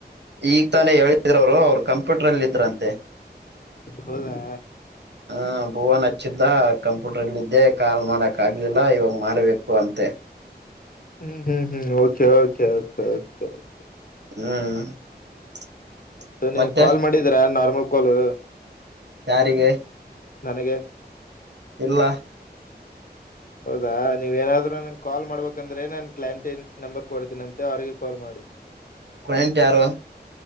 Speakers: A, on the right; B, on the left.
A: ಈಗ ತಾನೇ ಹೇಳಿದ್ರ ಅವರು ಅವರು ಕಂಪ್ಯೂಟರ್ಲ್ಲಿ ಇದ್ರಂತೆ
B: ಹೌದಾ
A: ಹ ಭುವನ್ ಹಚ್ಚಿದ್ದ ಕಂಪ್ಯೂಟರ್ಲ್ಲ ಇದ್ದೆ ಕಾಲ್ ಮಾಡಕ್ ಆಗ್ಲಿಲ್ಲ ಇವಾಗ ಮಾಡ್ಬೇಕು ಅಂತೆ
B: ಹ್ಮ್ ಹ್ಮ್ ಹ್ಮ್ ಓಕೆ ಓಕೆ ಓಕೆ ಓಕೆ
A: ಹ್ಮ್
B: ಮತ್ತ ನೀವು
A: ಮತ್ತೆ
B: ಕಾಲ್ ಮಾಡಿದೀರಾ ನಾರ್ಮಲ್ ಕಾಲ್
A: ಯಾರಿಗೆ
B: ನನಗೆ
A: ಇಲ್ಲ
B: ಹೌದಾ ನೀವ ಏನಾದ್ರು ನನ್ ಕಾಲ್ ಮಾಡ್ಬೇಕಂದ್ರೆ ನಾನನ್ ಕ್ಲಾಂಟೀನ್ ನಂಬರ್ ಕೊಡ್ತೀನಂತೆ ಅವ್ರಿಗೆ ಕಾಲ್ ಮಾಡ <inaudible>
A: ಕ್ಲೈಂಟ್ ಯಾರು